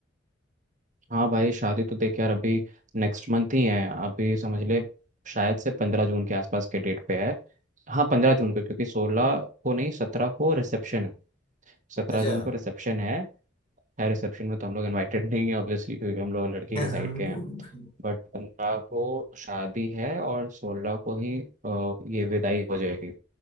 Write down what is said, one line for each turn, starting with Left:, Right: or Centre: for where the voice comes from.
Right: हाँ भाई शादी तो देख यार अभी नेक्स्ट मंथ ही है अभी समझ ले शायद से पंद्रह जून के आसपास के डेट पे है हाँ पंद्रह जून को क्योंकि सोलह को नहीं सत्रह को रिसेप्शन है सत्रह
Left: अच्छा
Right: जून को रिसेप्शन है है रिसेप्शन में तो हम लोग इनवाइटेड नहीं है ऑब्वियसली क्योंकि हम लोग लड़की
Left: <laughs> हम्म
Right: के साइड के हैं बट पंद्रह को शादी है और सोलह को ही अ, ये विदाई हो जाएगी